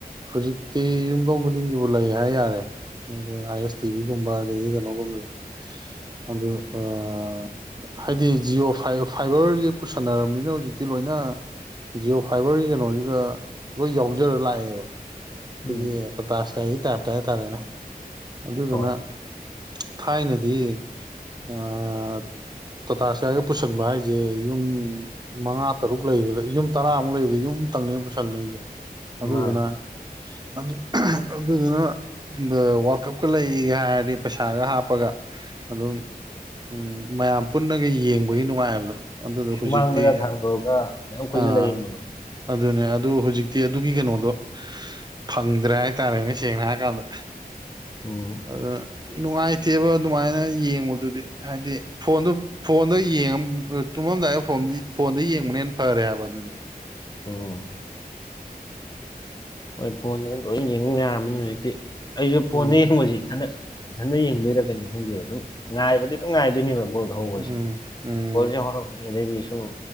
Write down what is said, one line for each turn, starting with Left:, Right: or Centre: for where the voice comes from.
Right: ꯍꯧꯖꯤꯛꯇꯤ ꯌꯨꯝꯊꯣꯡ ꯈꯨꯗꯤꯡꯒꯤꯕꯨ ꯂꯩ ꯍꯥꯏ ꯌꯥꯔꯦ꯫ <unintelligible> ꯑꯥꯏ ꯑꯦꯁ ꯇꯤꯚꯤꯒꯨꯝꯕ ꯑꯗꯒꯤ ꯀꯅꯣꯒꯨꯝꯕꯖꯦ <unintelligible> ꯍꯥꯏꯗꯤ ꯖꯤꯌꯣ ꯐꯥꯏ ꯐꯥꯏꯕꯔꯖꯦ ꯄꯨꯁꯟꯅꯔꯝꯅꯤꯅ ꯍꯧꯖꯤꯛꯇꯤ ꯂꯣꯏꯅ ꯖꯤꯌꯣ ꯐꯥꯏꯕꯔꯒꯤ ꯀꯩꯅꯣꯖꯤꯗ ꯂꯣꯏ ꯌꯥꯎꯖꯔ ꯂꯥꯛꯑꯦꯕ ꯈꯣꯏꯒꯤ
Left: ꯎꯝ
Right: ꯇꯇꯥ ꯁꯀꯥꯏꯒꯤ ꯇꯥꯏꯞꯇ ꯍꯥꯏꯇꯥꯔꯦꯅꯦ ꯑꯗꯨꯗꯨꯅ
Left: ꯍꯣꯏ
Right: ꯊꯥꯏꯅꯗꯤ ꯑꯥ ꯇꯇꯥ ꯁꯀꯥꯏꯒ ꯄꯨꯁꯟꯕ ꯍꯥꯏꯖꯦ ꯌꯨꯝ ꯃꯉꯥ ꯇꯔꯨꯛ ꯂꯩꯕꯗ ꯌꯨꯝ ꯇꯔꯥꯃꯨꯛ ꯂꯩꯕꯗ ꯌꯨꯝ ꯇꯪꯅꯦ ꯄꯨꯁꯜꯂꯩꯖꯦ ꯑꯗꯨꯗꯨꯅ
Left: ꯃꯥꯅꯦ
Right: ꯑꯗꯨ ꯑꯗꯨꯗꯨꯅ ꯕ ꯋꯥꯔꯀꯞꯀ ꯂꯩꯒ ꯍꯥꯏꯔꯗꯤ ꯄꯩꯁꯥꯒ ꯍꯥꯞꯄꯒ ꯑꯗꯨꯝ ꯎꯝ ꯃꯌꯥꯝ ꯄꯨꯟꯅꯒ ꯌꯦꯡꯕꯒꯤ ꯅꯨꯡꯉꯥꯏꯕꯗꯣ ꯑꯗꯨꯗꯣ
Left: ꯁꯨꯃꯥꯡꯗꯒ
Right: ꯍꯧꯖꯤꯛꯇꯤ
Left: ꯊꯥꯡꯇꯣꯛꯑꯒ ꯃꯌꯥꯝ ꯀꯣꯏꯖꯜꯂ
Right: ꯑꯥ
Left: ꯌꯦꯡꯕꯗꯣ
Right: ꯑꯗꯨꯅꯦ ꯑꯗꯨ ꯍꯧꯖꯤꯛꯇꯤ ꯑꯗꯨꯒꯤ ꯀꯩꯅꯣꯗꯣ ꯐꯪꯗ꯭ꯔꯦ ꯍꯥꯏꯇꯥꯔꯦꯅꯦ ꯁꯦꯡꯅ ꯍꯥꯏꯔ ꯀꯥꯟꯗ
Left: ꯎꯝ
Right: ꯑꯗ ꯅꯨꯡꯉꯥꯏꯇꯦꯕ ꯑꯗꯨꯃꯥꯏꯅ ꯌꯦꯡꯕꯗꯨꯗꯤ ꯍꯥꯏꯗꯤ ꯐꯣꯟꯗꯨ ꯐꯣꯟꯗ <unintelligible> ꯇꯨꯝꯃꯝꯗꯥꯏ ꯐꯣꯟꯗꯤ ꯐꯣꯟꯗꯩ ꯌꯦꯡꯕꯅ ꯐꯔꯦ ꯍꯥꯏꯕ ꯑꯗꯨꯗꯤ
Left: ꯑꯣ ꯍꯣꯏ ꯐꯣꯟꯗ ꯂꯣꯏ ꯌꯦꯡꯌꯥꯔꯝꯃꯤꯅ ꯍꯧꯖꯤꯛꯇꯤ ꯑꯩꯖꯨ ꯐꯣꯟꯗ
Right: ꯎꯝ
Left: ꯌꯦꯡꯕꯖꯤ ꯏꯊꯟꯗ ꯏꯊꯟꯗ ꯌꯦꯡꯗꯣꯏꯔꯥ ꯀꯩꯅꯣ ꯈꯪꯗꯦꯕ ꯑꯗꯨꯝ ꯉꯥꯏꯕꯗꯤ ꯑꯗꯨꯝ ꯉꯥꯏꯗꯣꯏꯅꯦꯕ ꯕꯣꯜ ꯍꯧꯕꯖꯦ
Right: ꯎꯝ ꯎꯝ
Left: ꯕꯣꯜꯖꯦ ꯍꯧꯔꯝꯕꯅꯤ ꯑꯗꯩꯗꯤ ꯁꯨꯝ